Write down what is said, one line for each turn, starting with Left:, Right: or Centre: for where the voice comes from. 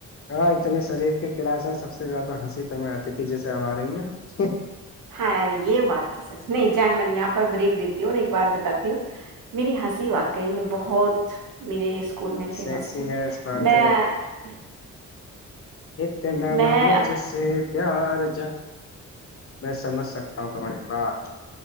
Left: ہاں اتنی شریف کے کلاس ہیں سب سے زیادہ ہنسی تو آتی تھی جیسے اب آ رہی ہیں <unintelligible>
Right: ہاں یار یہ بات سچ نہیں جان من یہاں پر بریک دیتی ہوں اور ایک بات بتاتی ہوں میری ہنسی واقعی میں بہت میرے اس <unintelligible> اسکول میں فیمس
Left: سیکسینس
Right: تھی
Left: بات
Right: میں <unintelligible>
Left: اتے ن
Right: میں
Left: ن مجس <unintelligible> یار ج میں سمجھ سکتا ہوں تمہاری بات <unintelligible>